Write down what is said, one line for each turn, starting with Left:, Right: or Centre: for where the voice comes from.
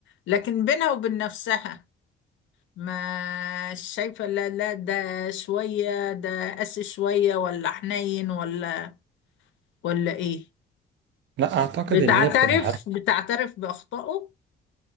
Left: لكن بينها وبين نفسها ما شايفة لا لا ده شوية ده قاسي شوية ولا حنين ولا ولا ايه
Right: لا اعتقد
Left: بتعترف
Right: ان هي بتبقى عارفه
Left: بتعترف بأخطائه